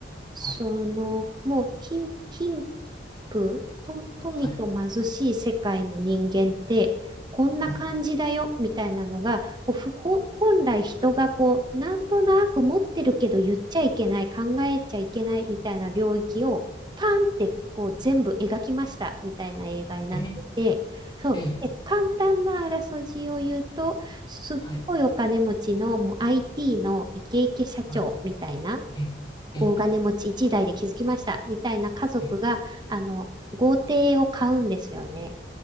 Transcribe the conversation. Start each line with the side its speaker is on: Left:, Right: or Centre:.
Right: その、
Left: はい、
Right: もう貧、貧富、と、富と貧しい世界の人間って、
Left: はい、
Right: こんな感じだよ、
Left: はい。
Right: みたいなのが、こう、ふ、ほ本来人がこう、なんとなく持ってるけど言っちゃいけない、考えちゃいけない、みたいな領域を、パンって、こう、全部描きました、みたいな映画になってて、
Left: え、
Right: そう。
Left: え、
Right: で、簡単なあらすじを言うと、すっごいお金持ちのもう
Left: はい、
Right: IT のイケイケ社長みたいな、
Left: はい、え、え、
Right: 大金持ち1代で築きましたみたいな家族があの豪邸を買うんですよね。
Left: え、え、